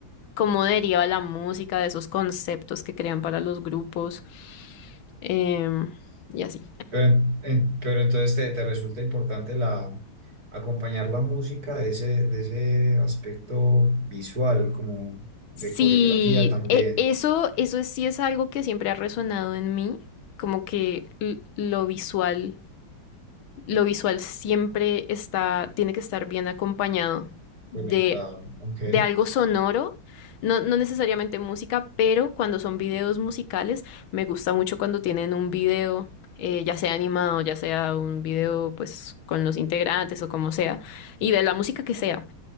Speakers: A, on the left; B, on the right.
A: cómo deriva la música de esos conceptos que crean para los grupos, em, y así.
B: Pero, en- pero entonces te, te resulta importante la, acompañar la música de ese, de ese aspecto visual, como de
A: Sí,
B: coreografía también
A: e- eso, eso sí es algo que siempre ha resonado en mí, como que l- lo visual, lo visual siempre está, tiene que estar bien acompañado de
B: conectado. Ok.
A: de algo sonoro, no, no necesariamente música, pero cuando son videos musicales, me gusta mucho cuando tienen un video, eh, ya sea animado, ya sea un video pues con los integrantes o como sea, y de la música que sea.